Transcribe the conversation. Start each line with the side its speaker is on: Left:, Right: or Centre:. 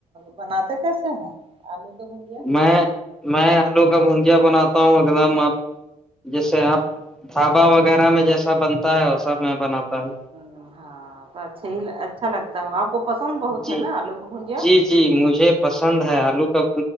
Right: بناتے کیسے ہیں آلو کے بھجیا
Centre: میں میں آلو کا بجیا بنات بتا ہوں ایک دم آپ جیسے
Right: ہاں
Centre: آپ ڈھابا وغیرہ میں جیسا بنتا ہے وسا میں بناتا ہوں
Right: ہمم ہاں تو اچھا ہی اچھا لگتا ہے آپ کو پسند بہت
Centre: جی
Right: ہے نا آلوک بجیا
Centre: جی جی مجھے پسند
Right: ہاں
Centre: ہے آلو کا